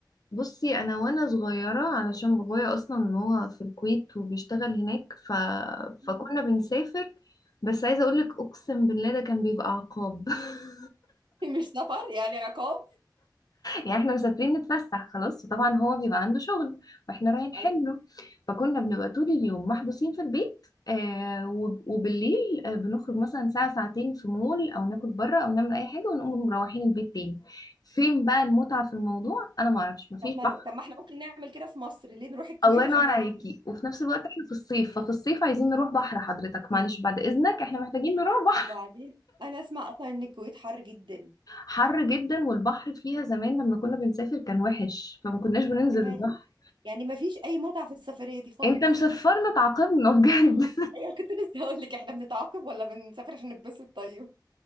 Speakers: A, on the left (about 55°); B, on the right (about 80°).
A: بصي انا وانا صغيره علشان بابايا اصلا هو في الكويت وبيشتغل هناك ف...
B: <laughs>
A: فكنا بنسافر بس عايزه اقول لك اقسم بالله ده كان بيبقى عقاب <laughs>
B: مش سفر يعني عقاب
A: يعني احنا مسافرين نتفسح خلاص وطبعا هو بيبقى عنده شغل واحنا رايحين حله
B: ايوه
A: فكنا بنبقى طول اليوم محبوسين في البيت آه وب- وبالليل آه بنخرج مثلا ساعة ساعتين في مول او ناكل بره او نعمل اي حاجة ونقوم مروحين البيت تاني فين بقى المتعة في الموضوع انا ما اعرفش مفيش
B: طب ما
A: بحر
B: طب ما احنا ممكن نعمل كده في مصر ليه نروح الكويت
A: الله ينور
B: عشان نعمل
A: عليكي وفي نفس الوقت احنا في الصيف ففي الصيف عايزين نروح بحر حضرتك معلش بعد اذنك احنا محتاجين نروح بحر
B: وبعدين انا اسمع اصلا ان الكويت حر جدا
A: حر جدا والبحر فيها زمان لما كنا بنسافر كان وحش فما كناش بننزل
B: كمان
A: البحر
B: يعني ما فيش اي متعه في السفريه دي خالص
A: انت مشفرنا تعاقبنا بجد <laughs>
B: ايوه كنت لسه هقول لك احنا بنتعاقب ولا بنسافر عشان نتبسط طيب